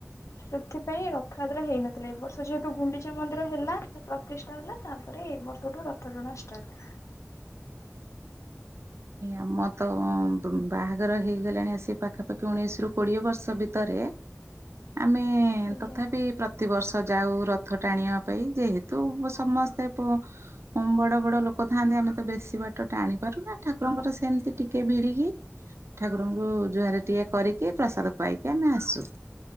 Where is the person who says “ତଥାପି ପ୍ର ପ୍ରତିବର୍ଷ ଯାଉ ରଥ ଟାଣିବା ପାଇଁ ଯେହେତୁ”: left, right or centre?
Right